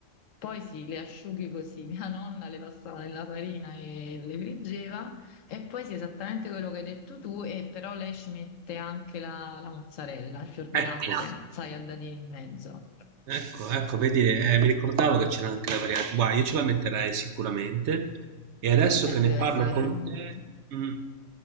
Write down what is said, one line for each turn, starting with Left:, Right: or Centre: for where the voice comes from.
Left: Poi sì, le asciughi così. <laughs> Mia nonna le passava nella farina e le friggeva. E poi sì, esattamente quello che hai detto tu, e però lei ci mette anche la, la mozzarella, il fior di
Right: Ecco,
Left: latte, sai, a dadini in mezzo.
Right: Ecco, ecco, vedi, eh, mi ricordavo che c'era anche la variante. Guarda, io ce la metterei sicuramente. E adesso
Left: Eh,
Right: che
Left: si
Right: ne
Left: deve
Right: parlo
Left: essere
Right: con
Left: finito.
Right: te, mm,